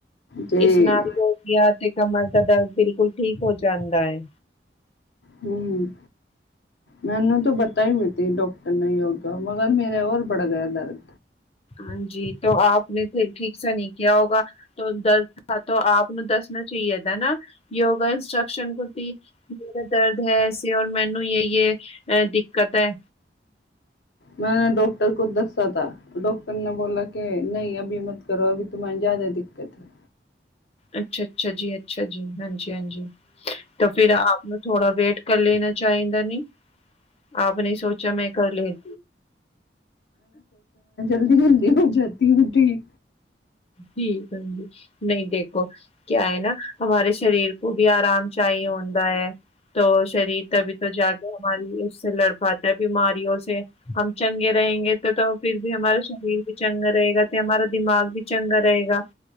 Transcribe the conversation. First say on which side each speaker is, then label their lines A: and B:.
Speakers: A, on the left; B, on the left.
A: ਜੀ
B: ਇਸ਼ਨਾਨ ਜੋੜਾ ਤੇ ਕਮਰ ਦਾ ਦਰਦ ਬਿਲਕੁਲ ਠੀਕ ਹੋ ਜਾਂਦਾ ਹੈ
A: ਹਮ ਮੈਨੂੰ ਤਾਂ ਪਤਾ ਹੀ ਹੁੰਦਾ ਡਾਕਟਰ ਨੇ ਹੋਗਾ ਮਗਰ ਮੇਰੇ ਹੋਰ ਬੜ ਗਿਆ ਦਰਦ
B: ਹਾਂਜੀ ਆਪ ਨੇ ਠੀਕ ਸ ਨਹੀਂ ਕਿਹਾ ਹੋਗਾ ਦਰਦ ਆਪ ਨੂੰ ਦਸ ਮ ਚੀਦਾ ਨਾ ਯੋਗਾ ਇਨਸਟਸ਼ਸ਼ਨ ਕੁਤੀ ਦਰਦ ਹੈੇ ਔਰ ਮੈਨੂੰ ਯ ਅ ਦਿੱਕਤ ਹੈ
A: ਮੈਂ ਡਾਕਟਰ ਕੋ ਦੱਸਿਆ ਥਾ ਡਾਕਟਰ ਨੇ ਬੋਲਾ ਕਿ ਨਹੀਂ ਅਭੀ ਮਤ ਕਰੋ ਅਭ ਤੁਮਹੇ ਜਿਆਦਾ ਦਿੱਕਤ ਹੈ
B: ਅੱਛਾ ਅੱਛਾ ਜੀ ਅੱਛਾ ਜੀ ਹਾਂਜੀ- ਹਾਂਜੀ ਤਾਂ ਫਿਰ ਆਪ ਨੂੰ ਥੋੜਾ ਵੇਟ ਕਰ ਲੈਣਾ ਚਾਹੀਦਾ ਨੀ ਆਪ ਨੇ ਸੋਚਿਆ ਮੈਂ ਕਰ ਲਦੀ
A: ਜਲਦੀ ਜਲਦੀ ਹੋ ਜਾਤੀ ਹੁੰਦੀ
B: ਠੀਕ ਜੀ ਨਹੀਂ ਦੇਖੋ ਕਿਆ ਹੈ ਨਾ ਹਮਾਰੇ ਸ਼ਰੀਰ ਉਹ ਵੀ ਆਰਾਮ ਚ ਹੀ ਹੁੰਦਾ ਹੈ ਤ ਸ਼ਰੀਰ ਤਭੀ ਤੋਂ ਜਾ ਕੇ ਹਮਾਰੀ ਉਸ ਸੇ ਲੜ ਪਾਤਾ ਹੈ ਬਿਮਾਰੀਓ ਸੇ ਹਮ ਚੰਗੇ ਰਹਾਂਗੇ ਤਾਂ ਫਿਰ ਵੀ ਹਮਾਰਾ ਸਰੀਰ ਵੀ ਚੰਗਾ ਰਹੇਗਾ ਤੇ ਹਮਾਰਾ ਦਿਮਾਗ ਵੀ ਚੰਗਾ ਰਹੇਗਾ